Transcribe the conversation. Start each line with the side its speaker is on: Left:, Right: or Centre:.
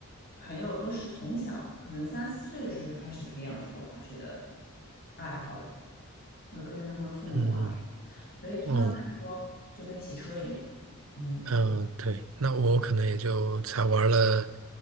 Left: 朋友都是从小可能三四岁的时候就开始培养这个滑雪的爱好了，要跟着他们父母啊什么的，
Right: 嗯
Left: 所以对他们来说就跟骑车一样。
Right: 哦。
Left: 嗯，
Right: 嗯，对，那我可能也就才玩了